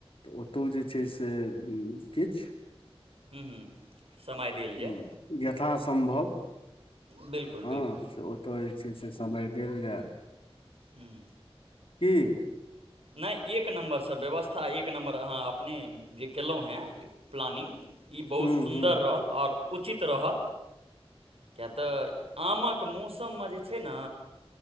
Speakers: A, on the left; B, on the right.
A: उतो जे छै से किछ
B: ह्म ह्म समय देल जाय
A: हँ यथासम्भव
B: बिलकुल
A: हँ
B: बिल्कुल
A: से ओतय जे छै से समय देल जाय
B: ह्म
A: की
B: नहि एक नम्बर सर व्यवस्था एक नम्बर अहाँ अपने जे केलहुँ हेँ प्लानि्ग ई बहुत
A: हूँ
B: सुन्दर
A: हूँ
B: रहल आओर उचित रहत किएक तऽ आमक मौसममे जे छै ने